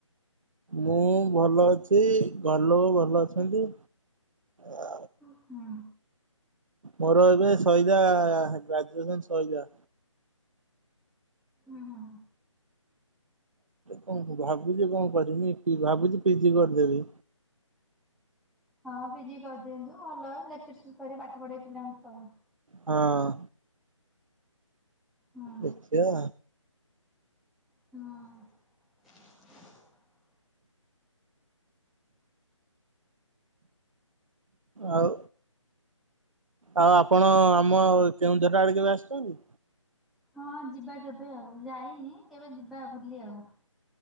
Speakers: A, on the right; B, in the centre.
A: ମୁଁ ଭଲ ଅଛି ଘରଲୋକ ଭଲ ଅଛନ୍ତି ଆ
B: ଉଁହୁଁ।
A: ମୋର ଏବେ ସଇଲା ଗ୍ରାଜୁଏସନ ସଇଲା।
B: ଉଁ ହୁଁ।
A: କଣ ଭାବୁଚି କଣ କରିମି ସେ ଭାବୁଚି ପି ଜି କରିଦେବି।
B: ହଁ ପିଜି କରିଦିଅନ୍ତୁ ଭଲ ଲେକ୍ଚରସିପ କରି ପାଠ ପଢେଇ ପିଲାଙ୍କୁ ଆଉ।
A: ହଁ।
B: ହୁଁ।
A: ଦେଖିଆ।
B: ହଁ।
A: ଆଉ ଆଉ ଆପଣ ଆମ କେଉଁଝରା ଆଡେ କେବେ ଆସିଛନ୍ତି?
B: ହଁ ଯିବା କେବେ ଆଉ ଯାଇନି କେବେ ଯିବା ବୁଲି ଆଉ।